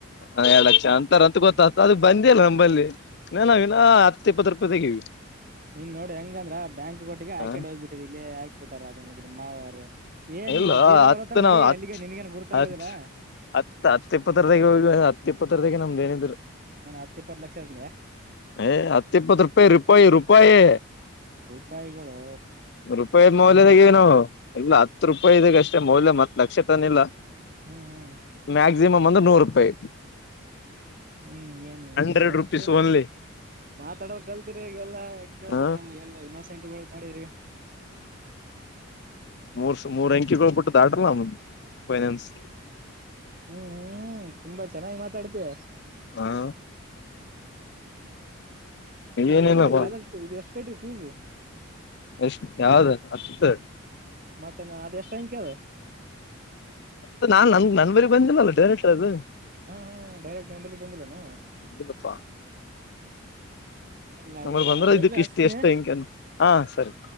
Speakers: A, on the left; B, on the right.
A: ಹ ಯಾಡ್ ಲಕ್ಷ ಅಂತಾರ ಅಂತ ಗೊತ್ತಾತ ಅದು ಬಂದೇ ಇಲ್ಲ ನಂಬಲ್ಲಿ ಇನ್ನ್ ನಾ ನ ಹತ್ತ ಇಪ್ಪತ್ತ ರೂಪಾಯಿ ದಾಗೆ ಇದೀವಿ.
B: ನೀನ್ ನೋಡಿ ಹೆಂಗಂದ್ರ ಬ್ಯಾಂಕ್ ಅಕೌಂಟಿಗೆ ಹಾಕ್ಯಂಡ
A: ಹ
B: ಹೋಗ್ಬಿಟ್ಟಿದಿ ಇಲ್ಲಿ ಹಾಕ್ಬಿಟಾರ ನಿನಗ ನಿಮ್ಮ ಮಾವರ. ಏನಿಲ್ಲ
A: ಇಲ್ಲ
B: ಜೀರಾ
A: ಹತ್ತು
B: ಹೊಲತ್ತಾನ ಹೊಡಿ
A: ನಾವ್ ಹತ್
B: ಅಲ್ಲಿಗ ಏನ್ ನಿನ್ಗೆನ್ ಗುರ್ತಾಗೋದಿಲ್ಲ.
A: ಹತ್ ಹತ್ ಹತ್ತ ಇಪ್ಪತ್ತರದಾಗ ಹೋಗ ಹತ್ತ ಇಪ್ಪತ್ತರದಾಗೆ ನಮ್ದ ಏನಿದ್ರು.
B: ಏನ್ ಹತ್ತ ಇಪ್ಪತ್ ಲಕ್ಷ ಅದ್ಲೆ
A: ಹ ಹತ್ತ ಇಪ್ಪತ್ತು ರೂಪಾಯಿ ರೂಪಾಯಿ ರೂಪಾಯಿ.
B: ರೂಪಾಯಿಗಳೋ.
A: ರೂಪಾಯಿ ಮೌಲ್ಯದಾಗ ಏನು ಇಲ್ಲ ಹತ್ತು ರೂಪಾಯಿ ಇದಾಗ ಅಷ್ಟೇ ಮೌಲ್ಯ ಮತ್ ಲಕ್ಷ ತನ್ ಇಲ್ಲ.
B: ಹ್ಮ್ ಹ್ಮ್
A: ಮ್ಯಾಕ್ಸಿಮಮ್ ಅಂದ್ರ ನೂರ ರೂಪಾಯಿ.
B: ಹ್ಮ್ ಏನ್
A: ಹಂಡ್ರೆಡ್
B: ಹ್ಮ ನಡಿತದ್ರೀ.
A: ರುಪೀಸ್ ಓನ್ಲಿ
B: ಮಾತಾಡೋ ಕಲ್ತರಿ ಈಗೆಲ್ಲಾ ಹೆಂಗ್ ಕೇಳ್ತೀರಿ
A: ಹ
B: ನಮ್ಗೆಲ್ಲ ಇನ್ನೋಸೆಂಟ್ಗಳ ಮಾಡಿರಿ.
A: ಮೂರ್ ಮೂರ್ ಅಂಕಿಗಳು ಬಿಟ್ಟು ದಾಟ್ರಿಲಾ ಮತ್ತ ಫೈನಾನ್ಸ್
B: ಹ್ಮ್ ಹ್ಮ್ ತುಂಬಾ ಚೆನ್ನಾಗಿ ಮಾತಾಡ್ತಿ.
A: ಹಾ
B: ಮತ್ತ
A: ಏನಿಲ್ಲಪ್ಪಾ
B: ಹೆಂಗೆ ಕಾಲೇಜ್ ಇದು ಎಷ್ಟ ಕಟ್ಟಿದಿ ಫೀಸ್?
A: ಎಷ್ಟ್ ಯಾವ್ದ ಹತ್ತ
B: ಮತ್ತೆನ ಅದ ಎಷ್ಟ್ ಅಂಕಿ ಆದ?
A: ಅ ನಾನ್ ನನ್ ನನ್ ಬಲ್ಲಿ ಬಂದಿಲ್ಲಲ್ಲ ಡೈರೆಕ್ಟರ್ ಅದು.
B: ಹಾ ಹಾ ಡೈರೆಕ್ಟ್ ನಿಂಬಲ್ಲಿ ಬಂದಿಲ್ಲೆನ್?
A: ಬಂದಿಲ್ಲಪ್ಪಾ
B: ನಡೀತದ
A: ನಂಬಲ್ಲಿ ಬಂದ್ರ ಇದಕ್ಕ
B: ಎಲ್ಲಿ ಹಚ್ತೀನಿ
A: ಇಷ್ಟ ಎಷ್ಟ ಹಿಂಗಂತ್ ಹ ಸರಿ